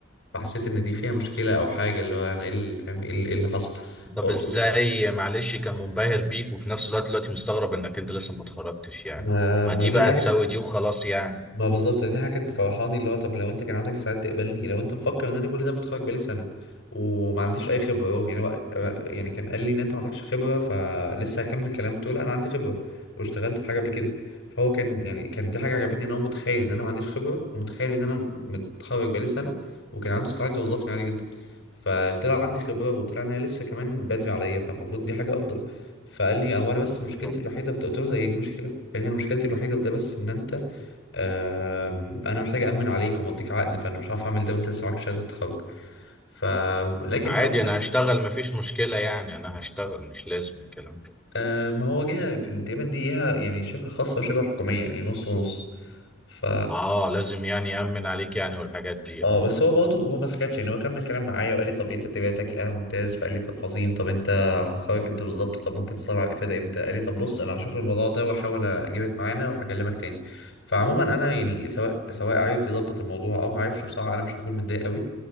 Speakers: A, on the left; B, in the centre.
A: فحسيت ان دي فيها مشكله او حاجه اللي هو انا ايه اللي فاهم ايه اللي إيه اللي حصل فقلت
B: طب ازاي
A: له
B: معلش كان منبهر بيك وفي نفس الوقت دلوقتي مستغرب انك انت لسه ما اتخرجتش يعني
A: ما
B: ما
A: ما
B: دي
A: دي
B: بقى
A: حاجه
B: تساوي دي وخلاص يعني
A: ما بالظبط دي حاجة كانت مفرحاني اللي هو طب لو انت كان عندك استعداد تقبلني لو انت مفكر ان انا كل ده متخرج بقالي سنة وما عنديش اي خبرة رغم- يعني هو يعني كان قال لي ان انت ما عندكش خبرة فلسه هكمل كلامه تقول انا عندي خبرة واشتغلت في حاجة قبل كده فهو كان يعني كان دي حاجة عجبتني ان هو متخيل ان انا ما عنديش خبرة ومتخيل ان انا متخرج بقالي سنة وكان عنده استعداد يوظفني عادي جدا فطلع عندي خبرة وطلع ان انا لسه كمان بدري عليا فالمفروض دي حاجة افضل فقال لي هو انا بس
B: بالظبط.
A: مشكلتي الوحيدة في ده قلت له هي دي مشكلة يعني انا مشكلتي الوحيدة في ده بس ان انت آم، انا محتاج امن عليك ومضيك عقد فانا مش عارف اعمل ده وانت لسه معاك شهاده التخرج ف لكن
B: عادي
A: بعدين
B: انا هشتغل ما فيش مشكلة يعني انا هشتغل مش لازم الكلام ده
A: آه، ما هو جهه تقريبا دي جهه يعني شبه خاصه وشبه حكوميه يعني نص ونص ف
B: اه لازم يعني يأمن عليك يعني والحاجات دي
A: اه بس هو برضه هو ما سكتش يعني هو كمل كلام معايا وقال لي طب ايه تدريباتك لقاها ممتاز فقال لي طب عظيم طب انت هتتخرج امتى بالظبط طب ممكن تطلع على الافاده امتى قال لي طب بص انا هشوف الموضوع ده واحاول اجيبك معانا وهكلمك تاني فعموما انا يعني سواء سواء عارف يظبط الموضوع او ما عرفش بصراحه انا مش هكون متضايق قوي